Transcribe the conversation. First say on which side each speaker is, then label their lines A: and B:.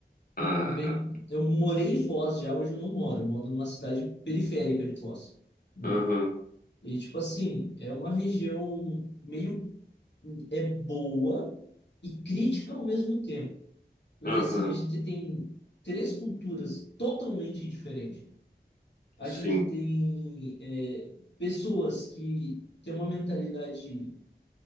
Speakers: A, on the left; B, on the left.
A: Ah,
B: bem, eu morei em Foz já, hoje eu não moro, eu moro numa cidade periférica de Foz, né?
A: aham,
B: E tipo assim, é uma região meio é boa e crítica ao mesmo tempo, porque
A: aham,
B: assim, a gente tem três culturas totalmente diferentes. A
A: sim,
B: gente tem é, pessoas que têm uma mentalidade